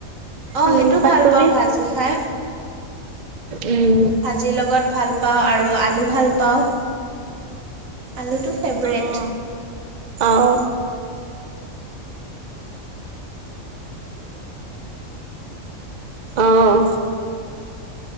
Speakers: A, on the right; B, on the right.
A: অহ
B: উম,
A: সেইটো
B: পাতকবি
A: ভাল পাওঁ ভাজি খাই।
B: উম।
A: ভাজিৰ লগত ভাল পাওঁ আৰু আলু ভাল পাওঁ। আলুটো ফেভৰেট।
B: অহ -অহ <unintelligible> অহ